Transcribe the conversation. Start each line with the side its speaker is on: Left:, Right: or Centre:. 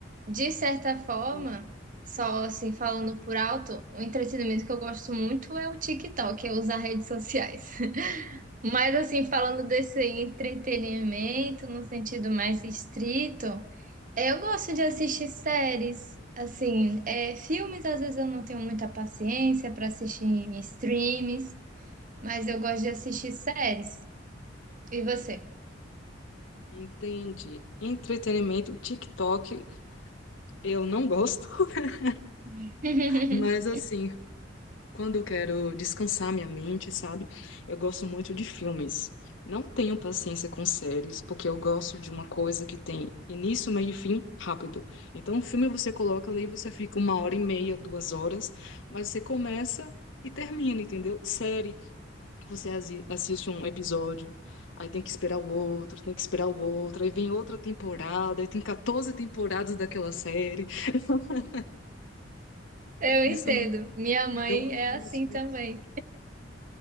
Right: de certa forma,
Left: hum,
Right: só assim falando por alto, o entretenimento que eu gosto muito é o TikTok, eu usar redes sociais. <laughs> Mas assim, falando desse entretenimento no sentido mais estrito, Eu gosto de assistir séries, assim, é, filmes às vezes eu não tenho muita paciência para assistir em streams, mas eu gosto de assistir séries. E você?
Left: entendi. Entretenimento, TikTok, eu não gosto, <laughs>
Right: <laughs>
Left: mas assim, Quando eu quero descansar minha mente, sabe? Eu gosto muito de filmes. Não tenho paciência com séries, porque eu gosto de uma coisa que tem início, meio e fim rápido. Então, um filme você coloca ali, você fica uma hora e meia, duas horas, mas você começa e termina, entendeu? Série, você asi- assiste um episódio, aí tem que esperar o outro, tem que esperar o outro, aí vem outra temporada, aí tem 14 temporadas daquela série. <laughs>
Right: Eu
Left: Isso
Right: entendo.
Left: me
Right: Minha mãe
Left: dá uma angústia.
Right: é assim também.